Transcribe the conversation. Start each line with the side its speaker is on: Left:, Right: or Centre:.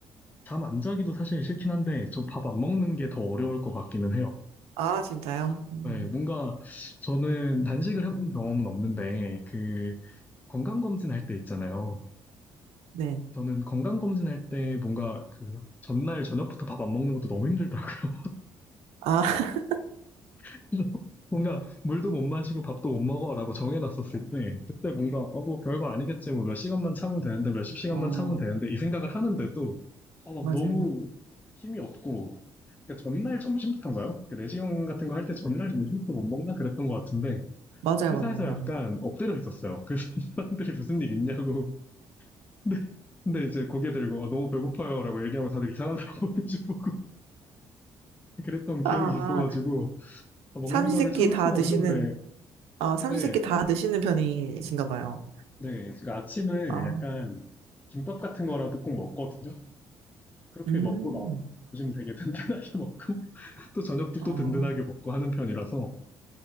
Left: 잠 안 자기도 사실 싫긴 한데, 저 밥 안 먹는 게 더 어려울 것 같기는 해요.
Right: 아, 진짜요? 음,
Left: 네, 뭔가 저는 단식을 해본 경험은 없는데, 그 건강검진 할 때 있잖아요.
Right: 네.
Left: 저는 건강검진 할 때 뭔가 그 전날 저녁부터 밥 안 먹는 것도 너무 힘들더라고요.
Right: 아, <laughs>
Left: <laughs> 그래서 뭔가 물도 못 마시고 밥도 못 먹어라고 정해놨었을 때 그때 뭔가 어 뭐 별거 아니겠지 뭐 몇 시간만 참으면 되는데 몇십 시간만
Right: 어,
Left: 참으면 되는데 이 생각을 하는데도 어, 막
Right: 맞아요.
Left: 너무 힘이 없고 그러니까 전날 점심부터인가요? 그 내시경 같은 거 할 때 전날 점심부터 못 먹나 그랬던 것 같은데
Right: 맞아요,
Left: 저 회사에서
Right: 맞아요.
Left: 약간
Right: 네.
Left: 엎드려 있었어요. 그래서 <laughs> 사람들이 무슨 일 있냐고 <laughs> 근데 근데 이제 고개 들고 어, 너무 배고파요라고 얘기하면 다들 이상하더라고요. <laughs> 그랬던 기억이
Right: 아,
Left: 있어가지고 아, 먹는
Right: 삼시세끼
Left: 거를 참을
Right: 다
Left: 수가
Right: 드시는,
Left: 없는데
Right: 아, 삼시세끼
Left: 네,
Right: 다 드시는 편이신가 봐요.
Left: 네, 제가 아침에
Right: 아,
Left: 약간 김밥 같은 거라도 꼭 먹거든요. 그렇게
Right: 음,
Left: 먹고 나 요즘 되게 <laughs> 든든하게 먹고 또 저녁도
Right: 아,
Left: 또 든든하게 먹고 하는 편이라서